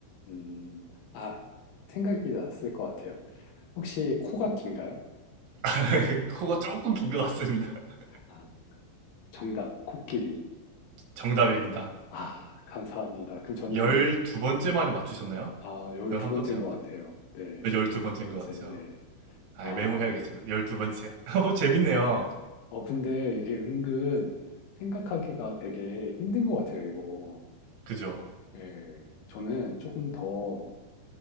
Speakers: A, on the left; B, on the right.
A: 음, 아, 생각이 났을 것 같아요. 혹시 코가 긴가요?
B: <laughs> 코가 조금 긴것 같습니다. <laughs>
A: 아, 정답, 코끼리.
B: 정답입니다.
A: 아, 감사합니다. 그럼 저는,
B: 12번째 만에 맞추셨나요?
A: 아, 열두
B: 11번째였네.
A: 번째인 것 같아요. 네,
B: 12번째인
A: 열두 번째,
B: 것 같죠.
A: 네.
B: 아,
A: 아,
B: 메모해야겠습니다. 12번째. <laughs> 어, 재밌네요.
A: 어, 근데 이게 은근 생각하기가 되게 힘든 것 같아요, 이거.
B: 그죠?
A: 네, 저는 조금 더,